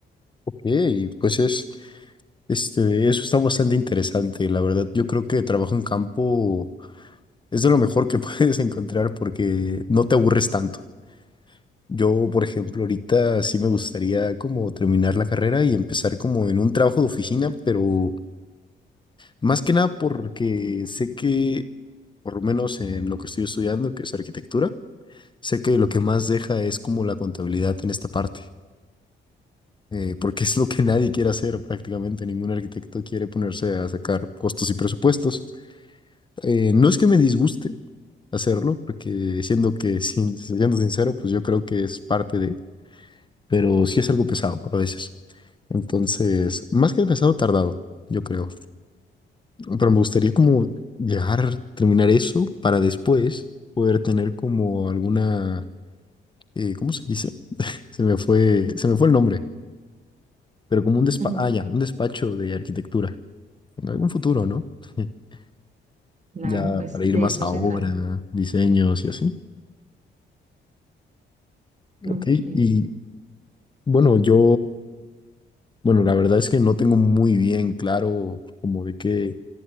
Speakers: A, on the left; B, on the right.
A: Ok, pues es, este, eso está bastante interesante, la verdad. Yo creo que trabajo en campo Es de lo mejor que <laughs> puedes encontrar porque no te aburres tanto. Yo, por ejemplo, ahorita sí me gustaría como terminar la carrera y empezar como en un trabajo de oficina, pero más que nada porque sé que, por lo menos en lo que estoy estudiando, que es arquitectura, sé que lo que más deja es como la contabilidad en esta parte, eh, porque es lo que nadie quiere hacer prácticamente. Ningún arquitecto quiere ponerse a sacar costos y presupuestos. Eh, no es que me disguste hacerlo, porque siendo que, sin, siendo sincero, pues yo creo que es parte de, pero sí es algo pesado a veces. Entonces, más que pesado, tardado, yo creo. Pero me gustaría como llegar, terminar eso para después poder tener como alguna, eh, ¿cómo se dice? Se me fue, se me fue el nombre, pero como un despacho,
B: Ujú.
A: ah, ya, un despacho de arquitectura. En algún futuro, ¿no? <laughs>
B: Claro,
A: Ya
B: pues
A: para ir
B: de
A: más
B: eso
A: a
B: se
A: obra,
B: trata.
A: diseños y así.
B: Ok.
A: Ok, y bueno, yo Bueno, la verdad es que no tengo muy bien claro como de qué